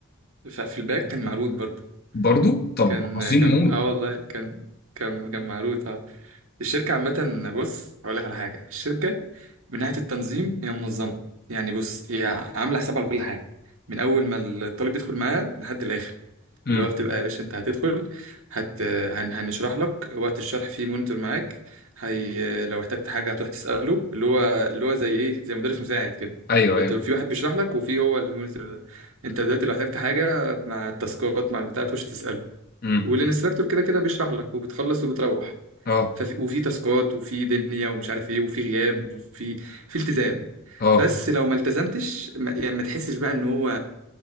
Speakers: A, on the right; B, on the left.
A: ف في الباك كان معروض برضه
B: برضو طب
A: كان
B: عظيم
A: كان
B: موت
A: اه والله كان كان كان معروض اه الشركة عامة بص هقول لك على حاجة الشركة من ناحية التنظيم هي منظمة يعني بص هي عاملة حساب على كل حاجة من أول ما الطالب يدخل معاها لحد الآخر
B: امم
A: اللي هو بتبقى يا باشا أنت هتدخل هت... هن... هنشرح لك وقت الشرح فيه مونيتور معاك هي... لو احتجت حاجة هتروح تسأله اللي هو اللي هو زي إيه زي مدرس مساعد كده
B: ايوه
A: هو
B: ايوه
A: أنت في واحد بيشرح لك وفي هو المونيتور ده أنت دلوقتي لو احتجت حاجة مع التاسكات مع البتاع بتخش تسأله
B: امم
A: والانستراكتور كده كده بيشرح لك وبتخلص وبتروح
B: اه
A: ففي وفي تاسكات وفي دنيا ومش عارف ايه وفي غياب وفي في التزام
B: اه
A: بس لو ما التزمتش ما يعني ما تحسش بقى ان هو